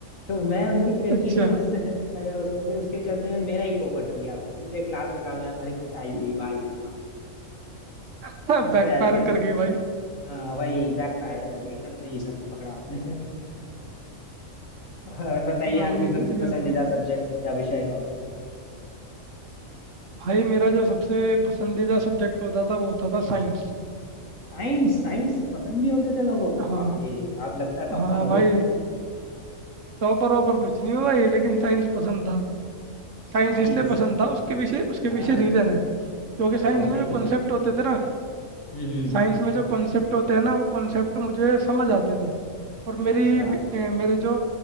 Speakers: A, on the left; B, on the right.
A: तो मैं उनकी
B: <laughs>
A: फिरकी
B: अच्छा
A: से उससे अरे उससे उसके चलते में मेरा ही पोपट हो गया फिर पूरे क्लास के सामने हमारी कुटाई हुई भाई साहब
B: <laughs>
A: ऐसे
B: बैकफायर
A: ऐसे
B: कर गई भाई
A: हाँ वही फायर करके एकदम से ही सब पकड़ा आपने और बताइए
B: भाई
A: आपकी सबसे पसंदीदा
B: ये तो
A: सब्जेक्ट या विषय कौन सी थी
B: भाई मेरा जो सबसे पसंदीदा सब्जेक्ट होता था वो होता था साइंस
A: साइंस साइंस पसंद भी होते थे लोगों को
B: हाँ
A: बाप रे आप लगता
B: हाँ
A: टॉपर
B: भाई
A: हो
B: टॉपर वॉपर कुछ नहीं हुआ भाई लेकिन साइंस पसंद था साइंस
A: साइंस
B: इसलिए पसंद था उसके पीछे उसके
A: हाँ हाँ।
B: पीछे रीज़न है क्योंकि
A: अच्छा
B: साइंस
A: बताइए
B: में जो कॉन्सेप्ट होते थे ना
A: हम्म हम्म,
B: साइंस में जो कॉन्सेप्ट होते हैं ना वो कॉन्सेप्ट मुझे समझ आते थे और
A: अच्छा
B: मेरी वि- अ, मेरे जो